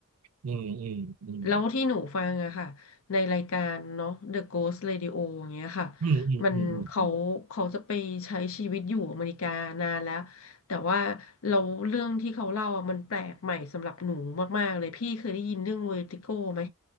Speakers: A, on the right (about 80°); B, on the left (about 70°).
A: อืมอืมอืม
B: แล้วที่หนูฟังอะค่ะในรายการเนาะ The Ghost Radio อย่างเงี้ยค่ะ
A: อืมอืมอืมอืม
B: มันเขาเขาจะไปใช้ชีวิตอยู่อเมริกานานแล้วแต่ว่าเราเรื่องที่เขาเล่าอะมันแปลกใหม่สำหรับหนูมากๆเลยพี่เคยได้ยินเรื่องเวอร์ติโกไหม